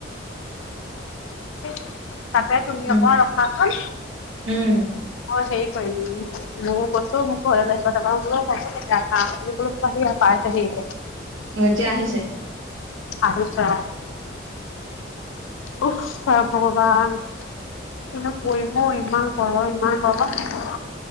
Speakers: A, on the left; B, on the right.
A: <unintelligible> তাতে তুমি
B: উম,
A: অকমান ৰখাচোন
B: উম,
A: মই হেৰি কৰিম ময়ো কৈছো মোক ঘৰলৈ লৈ আহিবা তাপা মই বোলো এ হ'ব তেতিয়া <unintelligible> পাই চে সি এতিয়া
B: এতিয়া আহিছে
A: আহিছে অ ওহ ভগৱান কিনো কৰিম ইমান গৰম ইমান গৰমত